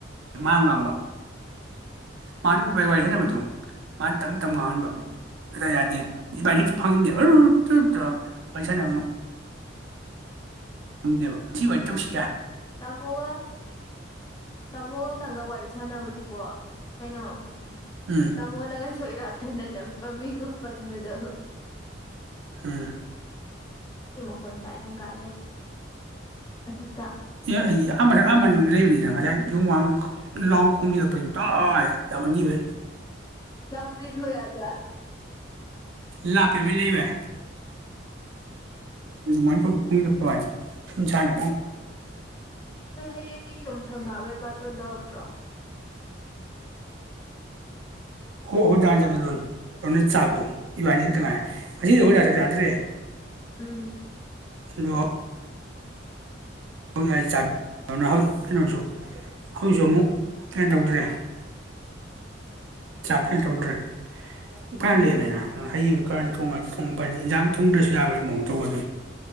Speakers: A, on the right (about 80°); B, on the left (about 20°).
A: ꯃ ꯉꯥꯡꯕ ꯃꯥꯅꯥꯏ ꯋꯥꯔꯤ ꯍꯥꯏꯅꯕꯗꯣ ꯃꯥꯅ ꯇ ꯃꯇꯝ ꯉꯥꯡꯍꯟꯕ
B: ꯎꯝ
A: ꯀꯇ ꯌꯥꯗꯦ ꯕꯥꯔ ꯐꯥꯉꯗꯕ ꯇ ꯄꯩꯁꯥ ꯅꯪ ꯈꯪꯗꯦꯕ ꯁꯤ ꯥꯏꯅ ꯇꯧꯁꯤ
B: ꯇꯃꯒ ꯇꯃꯣꯒ ꯅꯪꯒ ꯋꯥꯏꯁ ꯐꯅꯕꯗꯤꯀꯣ ꯀꯩꯅꯣ ꯎꯝ
A: ꯎꯝ
B: ꯇꯃꯣꯅꯪꯒ ꯁꯣꯏꯔꯥꯛ ꯅꯅ ꯃꯃꯤ ꯑꯄꯥꯕꯗꯣ
A: ꯎꯝ
B: ꯈꯣꯟ ꯇꯥꯏꯅꯪ ꯀꯥꯏ ꯂꯩ ꯃꯊꯛꯇ
A: ꯑꯦ ꯏ ꯑ ꯉꯁꯥꯏ ꯑ ꯂꯩꯕꯅꯤꯅ ꯉꯁꯥꯏ ꯂꯨꯃꯥꯡ ꯂꯣꯡ ꯈꯣꯡꯖꯤꯜꯂꯛꯄꯅꯤ ꯇꯥꯏ ꯇꯕꯅꯤꯕ
B: ꯂ ꯍ ꯌꯥꯖ
A: ꯂꯥꯛꯄꯦꯃꯤ ꯂꯩꯕꯏ ꯃ ꯀꯃꯤ ꯆꯛꯇꯅꯤ
B: ꯅꯣꯏ ꯍꯌꯦꯡꯒꯤ ꯌꯨꯝ ꯁꯪꯉꯋꯦ ꯕꯠ ꯗꯛꯇ꯭ꯔꯣ
A: ꯑꯣ ꯍꯣꯏꯗꯥ ꯆꯠꯗꯣꯏꯅꯣꯅ ꯆꯥꯛꯇꯣ ꯏꯕꯥꯅꯤ ꯈꯛꯇ ꯉꯥꯏ ꯉꯁꯤꯗꯤ ꯑꯩ ꯍꯣꯏꯗ ꯆ ꯆꯥꯗ꯭ꯔꯦ
B: ꯎꯝ
A: <unintelligible> ꯑꯩ ꯍ ꯀꯩꯅꯣꯁꯨ ꯍꯧꯖꯤꯛꯁꯨ ꯑꯃꯨꯛ ꯀꯩꯅ ꯇꯧꯗ꯭ꯔꯦ ꯆꯥꯛꯈꯦ ꯇꯧꯗ꯭ꯔꯦ ꯐꯜꯂꯤꯃꯦꯅ ꯍꯌꯦꯡꯁꯨꯀꯥꯟ ꯣꯡꯉ ꯊꯣꯡ ꯐꯅꯤ ꯏꯟꯖꯥꯡ ꯊꯣꯡꯗ꯭ꯔꯁꯨ ꯌꯥꯕꯒꯤ ꯃꯑꯣꯡ ꯇꯧꯕ ꯑꯗꯨꯝ